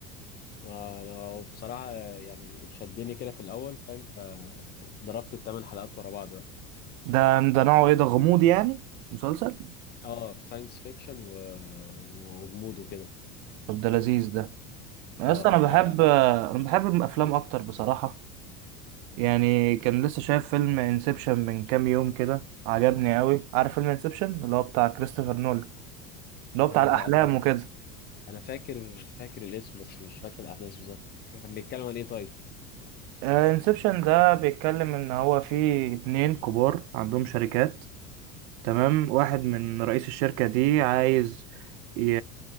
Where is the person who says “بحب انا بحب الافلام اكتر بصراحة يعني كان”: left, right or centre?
Right